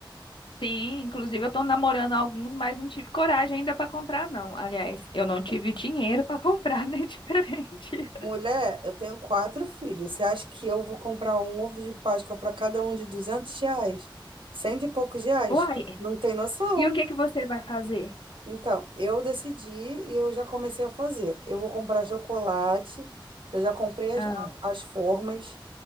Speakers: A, on the left; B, on the right.
A: Sim, inclusive eu tô namorando alguns, mas não tive coragem ainda pra comprar, não. Aliás, eu não tive dinheiro <laughs> pra comprar, né? <laughs> Diferente.
B: Mulher, eu tenho quatro filhos. Você acha que eu vou comprar um ovo de Páscoa para cada um de 200 reais? Cento e poucos reais?
A: Uai,
B: Não tem noção.
A: e o que que você vai fazer?
B: Então, eu decidi e eu já comecei a fazer. Eu vou comprar chocolate, eu já comprei as,
A: Ah,
B: a- as formas,